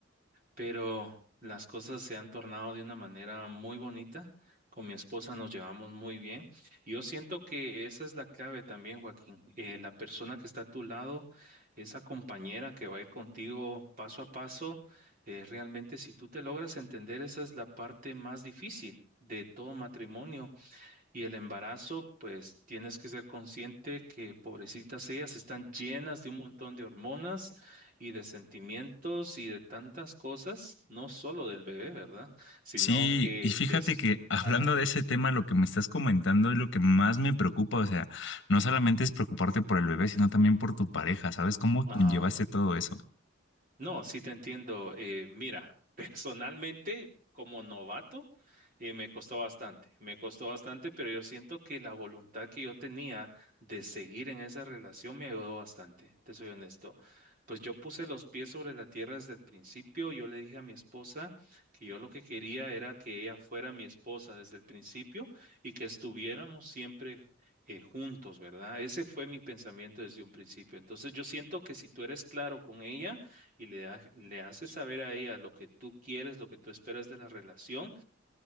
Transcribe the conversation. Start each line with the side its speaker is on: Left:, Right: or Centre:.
Right: pero las cosas se han tornado de una manera muy bonita. Con mi esposa nos llevamos muy bien. Y Yo siento que esa es la clave también, Joaquín. Eh, la persona que está a tu lado, esa compañera que va a ir contigo paso a paso, eh, realmente si tú te logras entender, esa es la parte más difícil de todo matrimonio y el embarazo, pues tienes que ser consciente que pobrecitas ellas están llenas de un montón de hormonas y de sentimientos y de tantas cosas, no solo del bebé, ¿verdad? Sino
Left: Sí,
Right: que
Left: y fíjate
Right: les...
Left: que <laughs> hablando
Right: Ajá,
Left: de ese tema, lo que me estás comentando es lo que más me preocupa, o sea, no solamente es preocuparte por el bebé, sino también por tu pareja, ¿sabes? ¿Cómo
Right: ajá.
Left: conllevaste todo eso?
Right: No, sí te entiendo. Eh, mira, <laughs> personalmente, como novato, eh, me costó bastante, me costó bastante, pero yo siento que la voluntad que yo tenía de seguir en esa relación me ayudó bastante, te soy honesto. Pues yo puse los pies sobre la tierra desde el principio, yo le dije a mi esposa que yo lo que quería era que ella fuera mi esposa desde el principio y que estuviéramos siempre eh, juntos, ¿verdad? Ese fue mi pensamiento desde un principio. Entonces yo siento que si tú eres claro con ella, y le, ha- le haces saber a ella lo que tú quieres, lo que tú esperas de la relación,